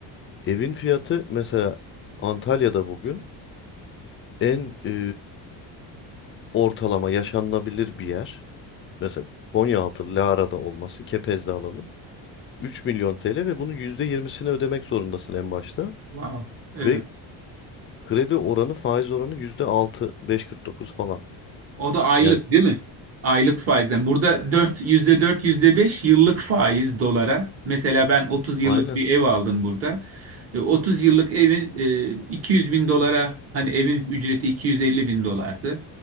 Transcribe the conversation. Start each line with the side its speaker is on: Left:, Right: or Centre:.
Left: Evin fiyatı mesela Antalya'da bugün en e, ortalama yaşanılabilir bir yer. Mesela Konyaaltı, Lara'da olmasın, Kepez'de alalım. 3 milyon TL ve bunun %20'sini ödemek zorundasın en başta.
Right: Wow. Evet.
Left: Ve Kredi oranı, faiz oranı yüzde altı, 5.49 falan.
Right: O da aylık
Left: Yani
Right: değil mi? Aylık faizden. Burada dört, yüzde 4, %5 yıllık faiz dolara. Mesela ben otuz yıllık
Left: aynen
Right: bir ev aldım burada. E, 30 yıllık evin e, 200 bin dolara hani evin ücreti 250 bin dolardı.